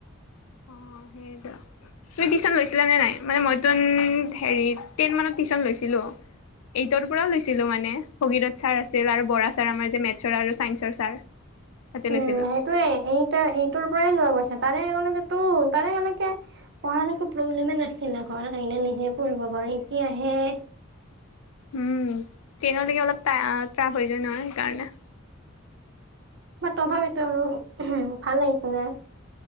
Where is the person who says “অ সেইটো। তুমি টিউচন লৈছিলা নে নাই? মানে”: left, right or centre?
Left